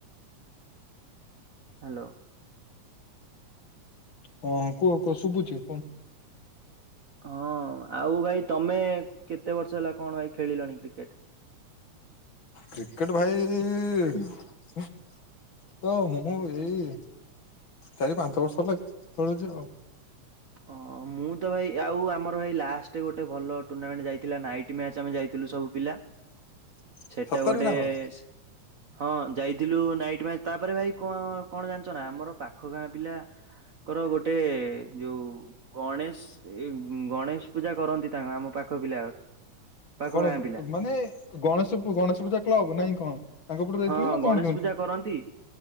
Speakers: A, on the right; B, on the left.
A: ହ୍ୟାଲୋ।
B: ହଁ କୁହ କୁହ ଶୁବୁଚି
A: ହଁ ଆଉ ଭାଇ ତମେ କେତେ ବର୍ଷ ହେଲା କଣ ଭାଇ ଖେଳିଲଣି କ୍ରିକେଟ।
B: କ୍ରିକେଟ ଭାଇ ତ ମୁଁ ଏଇ ଚାରି ପାଞ୍ଚ ବର୍ଷ ହେଲା ଖେଳୁଚି ଆଉ।
A: ହ ହ ମୁଁ ତ ଭାଇ ଆଉ ଆମର ଭାଇ ଲାଷ୍ଟେ ଗୋଟେ ଭଲ ଟୁର୍ଣ୍ଣାମେଣ୍ଟ ଯାଇଥିଲା ନାଇଟ୍ ମ୍ୟାଚ ଆମେ ଯାଇଥିଲୁ ସବୁ ପିଲା।
B: <inaudible>
A: ସେଟା
B: ସତରେ
A: ଗୋଟେ
B: ନା କଣ
A: ସି ହଁ ଯାଇଥିଲୁ ନାଇଟ୍ ମ୍ୟାଚ୍ ତାପରେ ଭାଇ କଣ କଣ ଜାଣିଚ ନା ଆମର ପାଖ ଗାଁ ପିଲା ଙ୍କର ଗୋଟେ ଯୋଉ ଗଣେଶ୍ ଏ ଗଣେଶ ପୂଜା କରନ୍ତି ତାଙ୍କ ଆମ ପାଖ ପିଲା ଗୋଟେ ପାଖ
B: କଣ
A: ଗାଁ ପିଲା
B: ମାନେ ଗଣେଶେ କୁ ଗଣେଶେ ପୂଜା କ୍ଲବ ନାଇଁ କଣ ତାଙ୍କ ପଟୁ
A: ହଁ
B: ଯାଇଥିଲି ନା
A: ଗଣେଶ୍
B: କଣ କେମିତି
A: ପୂଜା କରନ୍ତି।